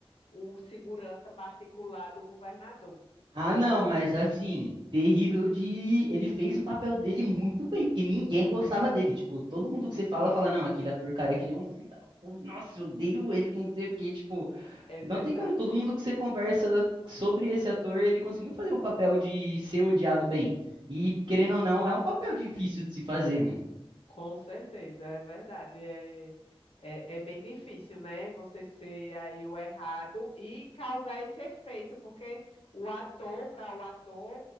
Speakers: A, on the left; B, on the right.
A: o segurança particular do governador.
B: Ah, não, mas assim, terrível de. Ele fez o papel dele muito bem, porque ninguém gostava
A: Muito.
B: dele. Tipo, todo mundo
A: Ninguém.
B: que você fala, fala, não, aquele ator careca, ele é um filho da puta. Nossa, eu odeio ele, que não sei o quê. Tipo,
A: É verdade.
B: não tem como. Todo mundo que você conversa sobre esse ator, ele conseguiu fazer o papel de ser odiado bem. E, querendo
A: Isso.
B: ou não, é um papel difícil de se fazer,
A: Com certeza, é verdade. É, é, é bem difícil, né? Você ser aí o errado e causar esse efeito, porque o ator, para o ator,